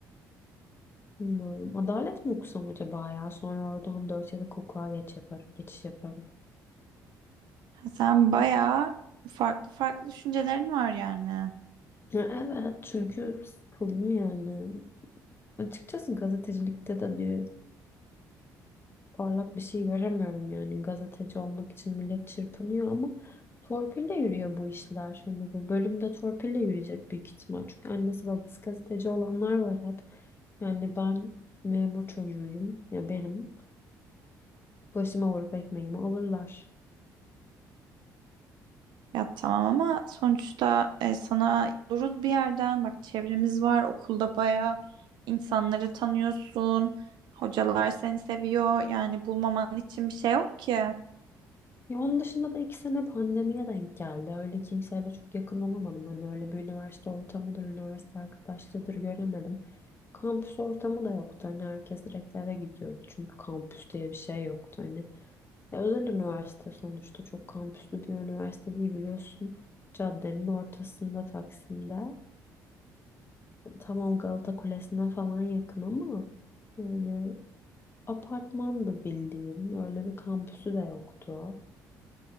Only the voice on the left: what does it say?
Bilmiyorum. Adalet mi okusam acaba ya? Sonra oradan 4 yıllık hukuka geç yaparım, geçiş yaparım.
Ya evet çünkü sıkıldım yani. Açıkçası gazetecilikte de bir Parlak bir şey göremiyorum yani gazeteci olmak için millet çırpınıyor ama torpille yürüyor bu işler. Hani bu bölümde torpille yürüyecek büyük ihtimal. Çünkü annesi babası gazeteci olanlar var hep. Yani ben memur çocuğuyum ya benim başıma vurup ekmeğimi alırlar.
Ya onun dışında da iki sene pandemiye denk geldi. Öyle kimseyle çok yakın olamadım. Hani öyle bir üniversite ortamıdır, üniversite arkadaşlığıdır göremedim. Kampüs ortamı da yoktu. Hani herkes direkt eve gidiyordu. Çünkü kampüs diye bir şey yoktu. Hani Ya özel üniversite sonuçta çok kampüslü bir üniversite değil biliyorsun. Caddenin ortasında Taksim'de. Tamam Galata Kulesi'ne falan yakın ama yani apartmandı bildiğin. Öyle bir kampüsü de yoktu.